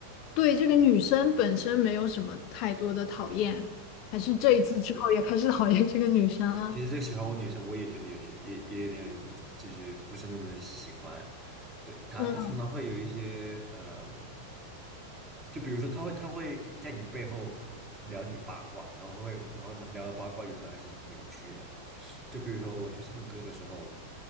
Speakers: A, on the left; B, on the right.
A: 对这个女生本身没有什么太多的讨厌，还是这一次之后也开始讨厌这个女生了？
B: 其实这个喜欢我女生，我也觉得有点，也也有点，就是不是那么的喜欢。对她，
A: 嗯
B: 她常常会有一些，呃，就比如说，她会，她会在你背后聊你八卦，然后会，然后聊的八卦有时候还是扭曲的。就比如说我去唱歌的时候，